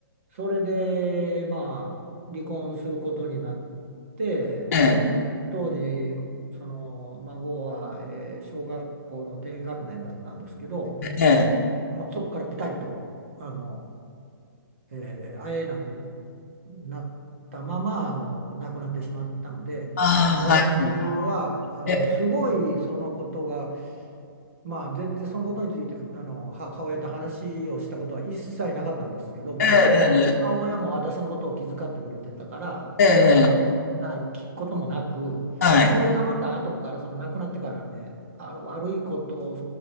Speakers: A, on the right; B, on the left.
A: それでまあ離婚することになってで当時その孫は、
B: ええ、
A: えー小学校の低学年だったんですけど
B: ええ、
A: もうそこからピタリと、あの、えー会えなくなったまま、あの、亡くなってしまったので、
B: ああ、
A: 私は、
B: はい、
A: あの、
B: ええ、
A: すごいそのことが、まあ、全然そのことについて、あの、母親と話をしたことは一切なかったんですけど、むか、
B: ええ、
A: あの、母親も私のことを気遣ってくれてたから、
B: ええ、
A: あの、
B: ええ
A: 聞くこともなく、
B: はい、
A: それがまた後から、その亡くなってからね、あの、悪いことを